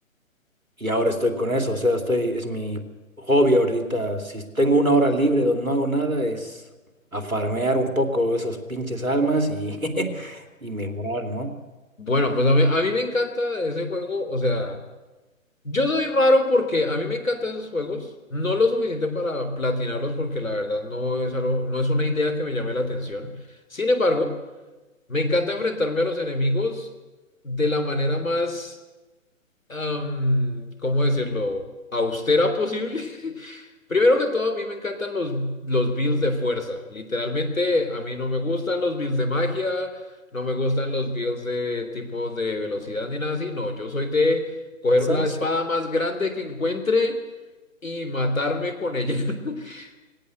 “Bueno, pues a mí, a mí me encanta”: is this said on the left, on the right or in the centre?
Left